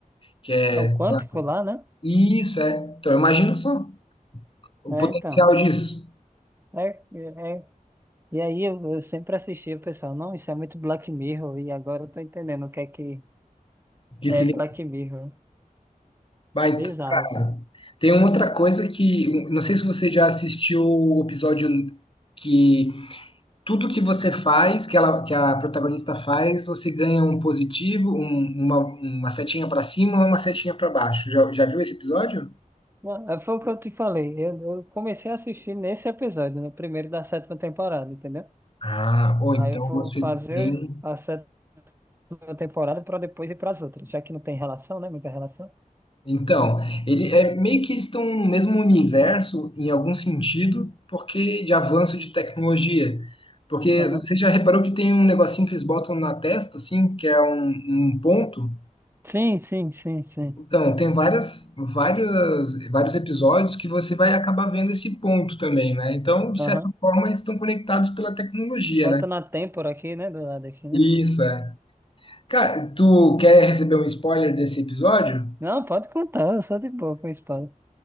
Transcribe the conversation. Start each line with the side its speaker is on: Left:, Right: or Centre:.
Left: que é,
Right: É o quântico
Left: sei lá,
Right: lá, né?
Left: isso, é. Então, imagina só o
Right: É,
Left: potencial
Right: então.
Left: disso.
Right: É, é. é. E aí eu, eu sempre assistia, o pessoal, não, isso é muito Black Mirror, e agora eu tô entendendo o que é que
Left: Que
Right: é
Left: significa.
Right: Black Mirror.
Left: Vai,
Right: Bizarro,
Left: cara,
Right: assim.
Left: tem uma outra coisa que. Não sei se você já assistiu o episódio que tudo que você faz, que, ela, que a protagonista faz, você ganha um positivo, um- uma, uma setinha para cima, ou uma setinha para baixo. Já, já viu esse episódio?
Right: Não, é, foi o que eu te falei. Eu, eu comecei a assistir nesse episódio, no primeiro da sétima temporada, entendeu?
Left: Ah, ou
Right: Aí
Left: então
Right: eu vou
Left: você
Right: fazer
Left: tem.
Right: a sétima temporada para depois ir para as outras, já que não tem relação, né? Muita relação.
Left: Então, ele é meio que eles estão no mesmo universo em algum sentido, porque de avanço de tecnologia. Porque
Right: Aham.
Left: você já reparou que tem um negocinho que eles botam na testa, assim, que é um, um ponto,
Right: Sim, sim, sim, sim.
Left: Então, tem várias, várias, vários episódios que você vai acabar vendo esse ponto também, né? Então, de
Right: Aham.
Left: certa forma, eles estão conectados pela tecnologia,
Right: Bota
Left: né?
Right: na têmpora aqui, né? Do lado aqui, né?
Left: Isso, é. Cara, tu quer receber um spoiler desse episódio?
Right: Não, pode contar, só de boa com a espada.